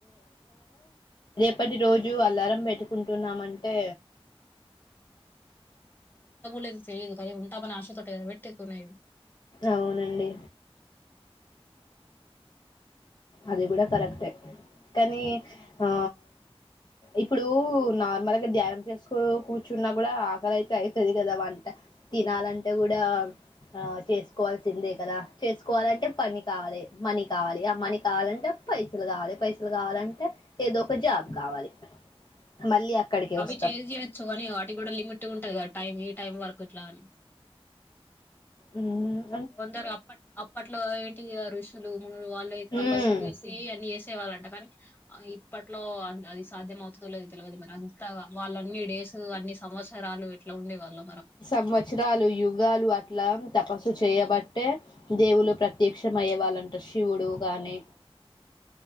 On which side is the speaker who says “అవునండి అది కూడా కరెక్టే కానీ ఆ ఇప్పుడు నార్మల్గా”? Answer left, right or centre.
Left